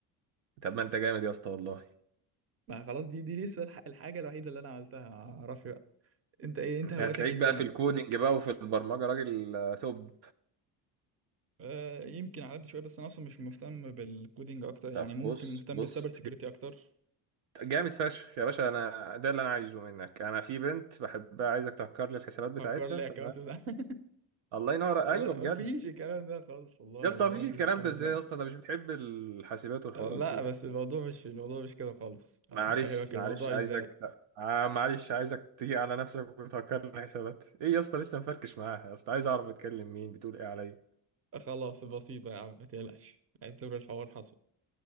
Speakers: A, on the right (about 65°); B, on the right (about 30°).
A: طب ما انت جامد يا اسطى والله
B: ما خلاص دي دي لسه الح- الحاجه الوحيده اللي انا عملتها معرفش بقى انت ايه انت
A: انت
B: هوايتك
A: هتلاقيك
B: إيه التانية
A: بقى في الكودينج بقى وفي البرمجه راجل آه، توب
B: أه يمكن على قد شويه بس انا اصلا مش مهتم بالكودينج اكتر يعني
A: طب
B: ممكن
A: بص
B: مهتم
A: بص
B: بالسايبر سيكيورتي اكتر
A: جامد فشخ يا باشا انا ده اللي انا عايزه منك انا في بنت بحبها عايزك تهكر لي الحسابات بتاعتها
B: هكر لي
A: تمام
B: اكونت بتاع <laughs>
A: الله ينور
B: والله
A: ايوه بجد
B: ما فيش الكلام ده خالص والله
A: يا اسطى
B: والله
A: مفيش
B: ما
A: الكلام
B: فيش الكلام
A: ده ازاي
B: ده
A: يا اسطى انت مش بتحب الحاسبات والحوارات
B: لا
A: دي
B: بس الموضوع مش الموضوع مش كده خالص أه،
A: معلش
B: بفهمك
A: معلش
B: الموضوع
A: عايزك
B: ازاي
A: آه معلش عايزك تيجي على نفسك وتهكر لي الحسابات ايه يا اسطى لسه مفركش معاها يا اسطى عايز اعرف بتكلم مين بتقول ايه عليا
B: آه، خلاص بسيطه يا عم ما تقلقش اعتبر الحوار حصل